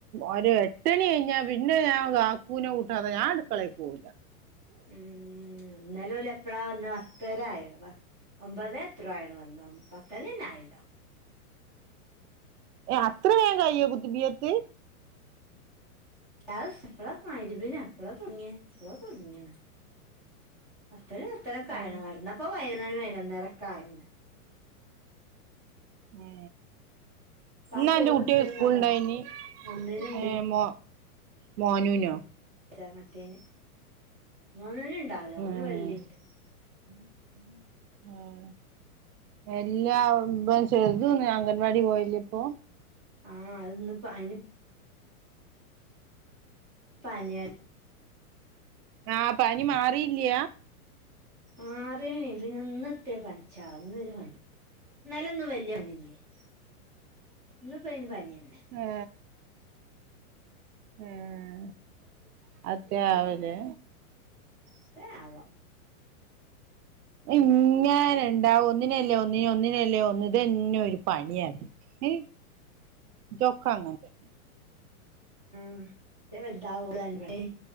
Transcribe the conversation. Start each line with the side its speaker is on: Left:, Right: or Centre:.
Right: ഒരു എട്ടണി ഴിഞ്ഞാ പിന്നെ ഞാൻ ക കൂനെ കൂട്ടാതെ ഞാട്കളെക്ക് പോകൂല
Centre: ഉം ന്നലഓല് എപ്പഴാ വന്ന് പത്തരായീണ് ഒമ്പതെത്രോ ആയീണ് വനന്ന് പത്തണിയന്നെ അയീണ്ടാവും
Right: ഏ അത്ര വേ കയ്യോ കുത്തിബിയത്ത്
Centre: അഹ് പ്പള മഹ്‌റിബിന്ന് പ്പളാ തുടങ്ങിയ പ്പളാ തോടങ്ങിണ് പത്തണി പത്തര കയീണ്
Right: ഏ
Centre: കഡ്ന്നപ്പോ ഇപ്പൊ പയ്നോന്നാണി പയ്നൊന്നരയൊക്ക അവല്ണ്ട് ആ
Right: ഹേ
Centre: അപ്പൊ
Right: ഇന്ന്
Centre: ആ ചോറുണ്ട്
Right: അന്റെ കുട്ടിക്ക് സ്കൂൾ
Centre: എന്നാ
Right: ഉണ്ടായിനണി
Centre: പറഞ്ഞു ഒന്നിനുണ്ട്
Right: ഏ മോ മോനുനോ
Centre: ചേ മറ്റേയ്ൻ മോനൂന് ഉണ്ടാവൂലാ
Right: ഉം
Centre: ഓന് വെള്ളി ഇണ്ട് ഉം ഉം
Right: ഉം എല്ലാ ചെറർതോന്നും അംഗൻവാടി പോകാലില്ലപ്പോ
Centre: ആഹ് അഹ്‌ ഇന്ന് പനി പനിയാടി
Right: ആഹ്‌ പനി മാറില്ല
Centre: മാറീനി പിന്നെ ന്നത്തെ പനിച്ചവോ ഇന്നൊരു പനി ന്നല്ലൊന്നും വല്ല്യത് ഒന്നുല്ലേനി ഇന്ന് പ്പോ പനിയെന്നേ
Right: ഹേ ഉംഅത് എത്യാവല്ലേ
Centre: എത്യേവോ?
Right: ഉം ഇങ്ങന ഇണ്ടാവും ഒന്നിനല്ലേ ഒന്നിന് ഒന്നിനല്ലേ ഒന്നിന് ഇതന്നെ ഒരു പണിയാണ് അയ്‌ ഇതെക്കെ അങ്ങനെ തന്നെ
Centre: ഉം മറ്റേത് വലുതാവൂല്ലേയ്നി